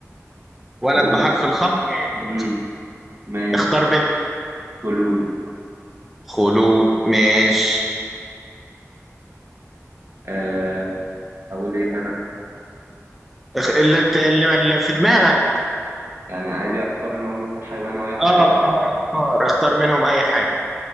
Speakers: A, in the centre; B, on the right (about 55°).
A: ولد
B: اقول
A: بحرف الخاء كانت
B: امم ماشي
A: اختار بنت
B: فلوي
A: خلود ماشي
B: آه اقول ايه انا
A: اخ... اللي... ت- اللي اللي في دماغك
B: يعني عادي اختار انا اقول مثلا حيوان او اي حاجه
A: اه اه اختار اختار منهم اي حاجة